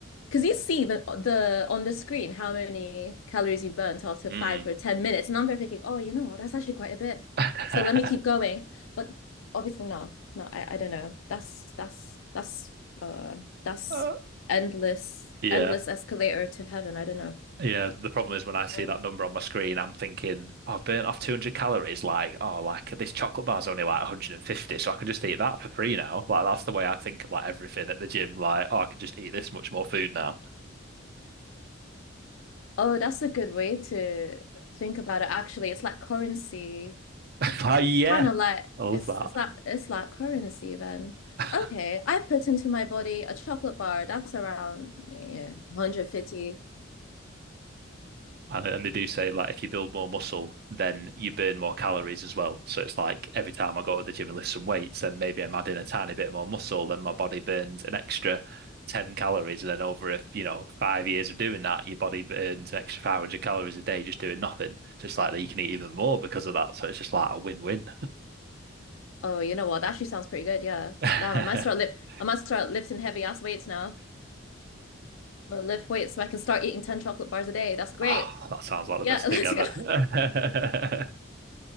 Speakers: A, on the left; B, on the right.
A: because you see the the on the screen how many calories you burnt after
B: Hmm.
A: five or ten minutes and I'm there thinking oh you know what that's actually quite a bit
B: <laughs>
A: so let me keep going but obviously no no I, I don't know that's that's that's uh that's
B: Uh,
A: endless
B: Yeah.
A: endless escalator to heaven I don't know
B: Yeah. The problem is when I
A: Yeah.
B: see that number on my screen, I'm thinking, "Oh, I've burnt off 200 calories. Like, oh, like this chocolate bar's only like 150, so I can just eat that for free now. Like, that's the way I think of like everything at the gym. Like, oh, I can just eat this much more food now.
A: Oh, that's a good way to think about it. Actually, it's like currency,
B: <laughs> Like, yeah,
A: kind of like
B: I love
A: it's
B: that.
A: it's like it's like currency then.
B: <laughs>
A: Okay, I put into my body a chocolate bar. That's around yeah, 150.
B: And and they do say like if you build more muscle, then you burn more calories as well. So it's like every time I go to the gym and lift some weights, then maybe I'm adding a tiny bit more muscle, then my body burns an extra 10 calories. And then over if you know five years of doing that, your body burns an extra 500 calories a day just doing nothing. So it's like that you can eat even more because of that. So it's just like a win-win.
A: Oh, you know what? That actually sounds pretty good. Yeah.
B: <laughs>
A: Damn, I might start lift. I might start lifting heavy ass weights now. I'll lift weights so I can start eating 10 chocolate bars a day. That's great.
B: Oh, that sounds like
A: Yeah,
B: the best
A: <laughs> let's
B: thing ever.
A: go.
B: <laughs>